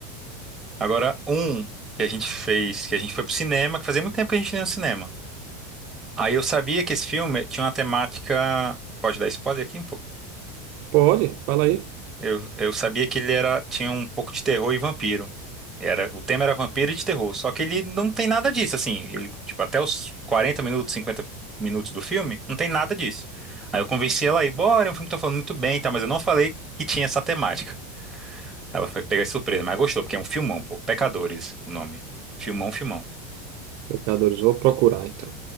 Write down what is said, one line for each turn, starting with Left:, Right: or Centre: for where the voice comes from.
Centre: Agora, um que a gente fez, que a gente foi pro cinema, que fazia muito tempo que a gente não ia no cinema. Aí eu sabia que esse filme tinha uma temática. Pode dar spoiler aqui um pouco?
Right: Pode, fala aí.
Centre: Eu, eu sabia que ele era, tinha um pouco de terror e vampiro. Era, o tema era vampiro e de terror. Só que ele não tem nada disso, assim. Ele, tipo, até os 40 minutos, 50 minutos do filme, não tem nada disso. Aí eu convenci ela a ir, bora, é um filme que tá falando muito bem, tá? Mas eu não falei que tinha essa temática. Ela foi pegar de surpresa, mas gostou, porque é um filmão, pô. Pecadores, o nome. Filmão, filmão.
Right: Pecadores, vou procurar então.